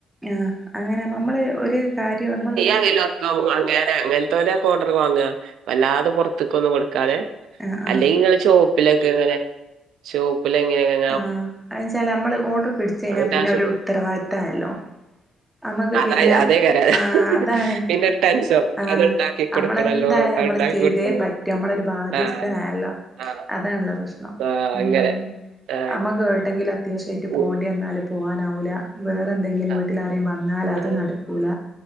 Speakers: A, in the centre; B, on the right (about 80°).
A: ആഹ് അങ്ങനെ നമ്മ നമ്മള് ഒര് കാര്യം നമ്മള്
B: <unintelligible> അങ്ങനെ അങ്ങൻത്തോലൊക്കെ ഓഡർ വാങ്ങ വല്ലാതെ പൊറത്ത്ക്കൊന്നും കൊടുക്കാതെ
A: ആഹ് ആഹ്
B: അല്ലെങ്കി ഇങ്ങള് ഷോപ്പിലൊക്കെങ്ങനെ ഷോപ്പിലങ്ങനെങ്ങനെ
A: ആഹ് അതെന്താച്ചാൽ നമ്മള് ഓർഡർ പിടിച്ച കഴിഞ്ഞാൽ
B: അതിന്റെ
A: പിന്നെ
B: ആവശ്യത്തും
A: ഒരു ഉത്തരവാദിത്തായല്ലോ നമ്മക്ക്
B: അത
A: പിന്നെ
B: അതേകാരം
A: അ ആഹ് അതാണെ
B: പിന്നെ ഒരു ടെൻഷൻ
A: ആഹ്
B: അത് ഉണ്ടാക്കി കൊടുക്കണല്ലോ
A: അമ്മളെന്തായാലും
B: അത്
A: നമ്മള്
B: ഉണ്ടാക്കി
A: ചെയ്തേ
B: കൊടുക്കണം
A: പ റ്റു നമ്മളൊരു ബാധ്യസ്ഥനായല്ലോ
B: ആ ആ
A: അതാണുള്ള പ്രശ്നം
B: ആ അങ്ങനെ
A: ഉം
B: ആ
A: അമ്മക്ക് ഏട്ടെങ്കിലും അത്യാവശ്യായിട്ട്
B: ഉ
A: പോണ്ടി വന്നാല് പോവാനാവുലാ വേറെ എന്തെങ്കിലും
B: ആ
A: വീട്ടിൽ ആരേൽ വന്നാൽ അത്
B: ആ
A: നടക്കൂല